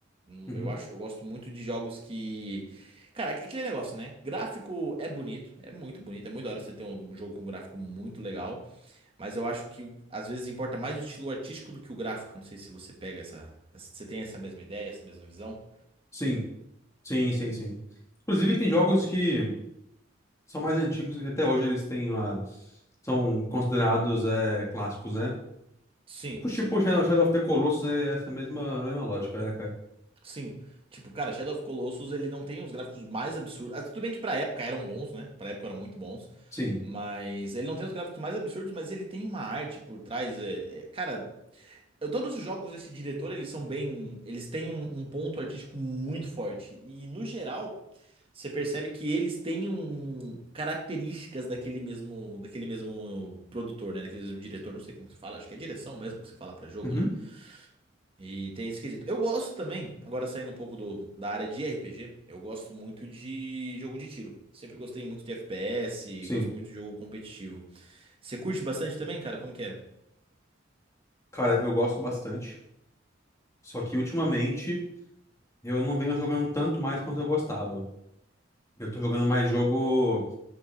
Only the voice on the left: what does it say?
Uhum.
Sim. Sim, sim, sim. Inclusive, tem jogos que são mais antigos e que até hoje eles têm uma... são considerados é, clássicos, né?
Tipo,
tipo, Shadow, Shadow of the Colossus é essa mesma, mesma lógica, né, cara?
Sim.
Uhum.
Sim.
Cara, eu gosto bastante. Só que ultimamente eu não venho jogando tanto mais quanto eu gostava. Eu tô jogando mais jogo.